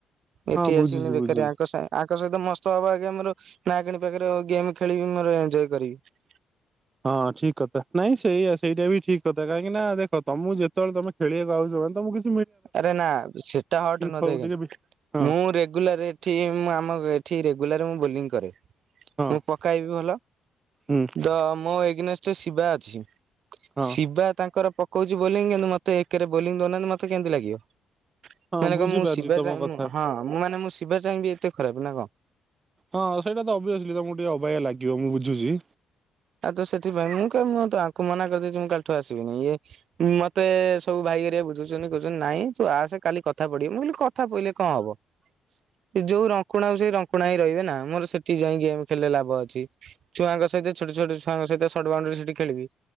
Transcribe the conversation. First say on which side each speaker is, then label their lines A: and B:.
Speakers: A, on the right; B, on the right.
A: ଏଠି
B: ହଁ ବୁଝୁଛି
A: ଆସିକିନି ବେକାରିଆ
B: ବୁଝୁଛି
A: ଆଙ୍କ ସାଏଁ ଆଙ୍କ ସହିତ ମସ୍ତ ହବ ଆଜ୍ଞା ମୋର ନାଗିଣୀ ପାଖରେ ଗେମ୍ ଖେଳିବି ମୋର ଏନଜୟେ କରିବି।
B: ହଁ ଠିକ୍ କତା। ନାଇଁ ସେଇଆ ସେଇଟା ବି ଠିକ୍ କଥା। କାହିଁକି ନା ଦେଖ ତମୁ ଯେତେବେଳେ ତମେ ଖେଳିଆକୁ ଆଉଛ। ମାନେ ତମଉ କିଛ୍
A: ଆରେ ନା ସେଟା ହଟ୍ ନୁହଁ
B: ହଉ
A: ଦେଖେ।
B: ଟିକେ ବି ହଁ
A: ମୁଁ ରେଗୁଲାରି ଠି ମୁଁ ଆମ ଏଠି ରେଗୁଲାର୍ ମୁଁ ବୁଲିଂ କରେ।
B: ହଁ
A: ମୁଁ ପକାଇବି ଭଲ।
B: ହୁଁ
A: ଦ ମୋ ଏଗ୍ନେଷ୍ଟ୍ ଏ ଶିବା ଅଛି।
B: ହଁ
A: ଶିବା ତାଙ୍କର ପକଉଚି ବୋଲିଂ। କିନ୍ତୁ ମତେ ଏକ୍ ରେ ବୋଲିଂ ଦଉନାଆନ୍ତି ମତେ କେମ୍ ନ୍ତି ଲାଗିଅ।
B: ହଁ
A: ମାନେ
B: ବୁଝିପାରୁଛି
A: କନ୍ ମୁଁ ଶିବା
B: ତମ
A: ସାଙ୍ଗ୍
B: କଥା
A: ମୁଁ ହଁ ମୁଁ ମାନେ ମୁଁ ଶିବା ଚାଁଙ୍ଗ୍ ବି ଏତେ ଖରାପ ନା କଣ୍।
B: ହଁ ସେଇଟା ତ ଅବିଏସ୍ଲି ତମଉ ଟିକେ ଅବାଗିୟା ଲାଗିବ ମୁଁ ବୁଝୁଚି।
A: ଆ ତ ସେଥିପାଇଁ ମୁଁ କେ ମୁଁ ତ ଆଙ୍କୁ ମନା କରଦେଇଛି ମୁଁ କାଲିଠୁ ଆସିବିନି। ଇଏ ଉଁ ମତେ ସବୁ ଭାଇଏରିଆ ବୁଝୁଛନ୍ତି। କଉଛନ୍ତି ନାଇଁ ତୁ ଆସେ କାଲି କଥା ପଡିବ। ମୁଁ କଇଲି କଥା ପଇଲେ କଣ ହବ?
B: <inaudible>
A: ଇଜ୍ ଯୋଉ ରଙ୍କୁଣା ଉଚି ରଙ୍କୁଣା ଇଁ ରଇବେ ନା। ମୋର ସେଠି ଯାଇ ଗେଁମ୍ ଖେଳିଲେ ଲାଭ ଅଛି। ଛୁଆଙ୍କ ସଇତ ଛୋଟ ଛୋଟ ଛୁଆଙ୍କ ସଇତ ସର୍ଟ ବାଉଣଣ୍ଡିରି ସେଠି ଖେଳିବି